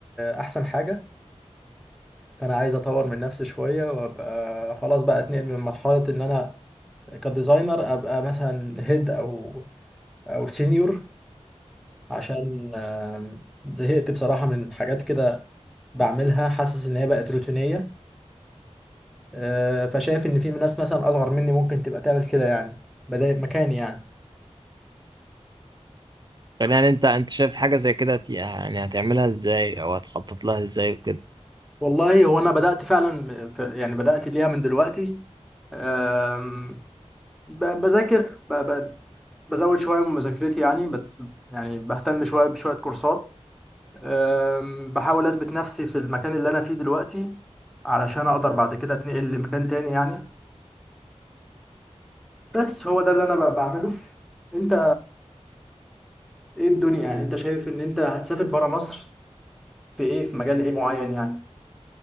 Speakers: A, in the centre; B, on the right.
A: احسن حاجة فانا عايز اطور من نفسي شويه وابقى خلاص بقى اتنقل من مرحله ان انا كديزاينر ابقى مثلا هيد او او سينيور عشان آم، زهقت بصراحه من حاجات كده بعملها حاسس ان هي بقت روتينيه آه، فشايف ان في ناس مثلا اصغر مني ممكن تبقى تعمل كده يعني بدأ مكاني يعني
B: طب يعني انت انت شايف حاجة زي كده هت- يعني هتعملها ازاي او هتخطط لها ازاي وكده
A: والله هو انا بدأت فعلا ف- يعني بدأت ليها من دلوقتي آم، ب- بذاكر ب- ب- بزود شوية من مذاكرتي يعني بت يعني بهتم شوية بشوية كورسات أم، بحاول أثبت نفسي في المكان اللي أنا فيه دلوقتي علشان أقدر بعد كده أتنقل لمكان تاني يعني بس هو ده اللي أنا ب- بعمله أنت إيه الدنيا يعني أنت شايف إن أنت هتسافر برا مصر في إيه في مجال إيه معين يعني